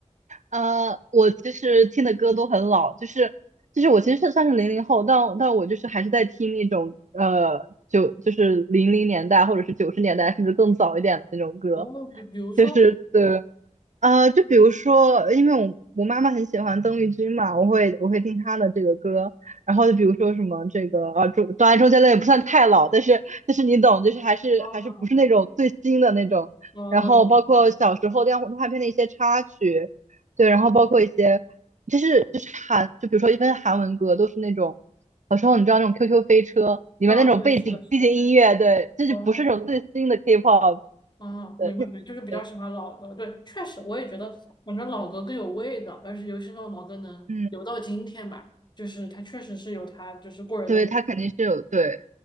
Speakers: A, on the right; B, on the left.
A: 呃，我其实听的歌都很老，就是就是我其实是算是零零后，但但我就是还是在听那种呃九就是零零年代或者是九十年代甚至更早一点的那种歌，
B: 哦，比比如说，
A: 就是对呃，就比如说，因为我我妈妈很喜欢邓丽君嘛，我会我会听她的这个歌，然后就比如说什么这个呃周，当然周杰伦也不算太老，但是但是你懂，就是还是还是不是那种最新的那种，
B: 哦，嗯，
A: 然后包括小时候动画动画片的一些插曲，
B: 我懂了，嗯
A: 对，
B: 嗯，
A: 然后包括一些就是就是韩，就比如说一般韩文歌都是那种，小时候你知道那种 QQ 飞车里面那种背景背景音乐，
B: 啊，对，是的，是的，
A: 对，这就不是那种最新的
B: 哦。
A: K-pop
B: 哦，
A: 的，
B: 明白明白，
A: 那对，
B: 就是比较喜欢老歌。
A: 对
B: 对，确实我也觉得，反正老歌更有味道，而且尤其是那种老歌能留到今天吧，
A: 嗯。
B: 就是它确实是有它就是过人的魅力
A: 对，他肯定是有，对，